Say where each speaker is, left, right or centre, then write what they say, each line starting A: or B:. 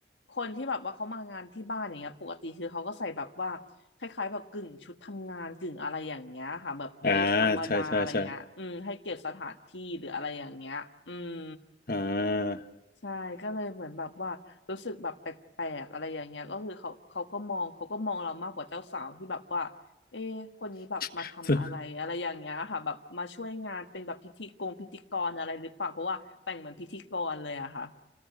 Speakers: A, on the left; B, on the left.
A: คนที่แบบว่าเขามางานที่บ้านอย่างเงี้ยปกติคือเขาก็ใส่แบบว่าคล้ายๆแบบกึ่งชุดทำงานกึ่งอะไรอย่างเงี้ยค่ะแบบเดรสธรรมดาอะไรเงี้ยอืมให้เกียรติสถานที่หรืออะไรอย่างเงี้ยอืม
B: อ่าใช่ใช่ใช่ อ่า
A: ใช่ก็เลยเหมือนแบบว่ารู้สึกแบบแปลกๆอะไรอย่างเงี้ยก็คือเขาเขาก็มองเขาก็มองเรามากกว่าเจ้าสาวที่แบบว่าเอ๊ะคนนี้แบบมาทำอะไรอะไรอย่างเงี้ยค่ะแบบมาช่วยงานเป็นแบบพิธีกรพิธีกรอะไรหรือเปล่าเพราะว่าแต่งเหมือนพิธีกรเลยอะค่ะ
B: <laughs> ซึ่ง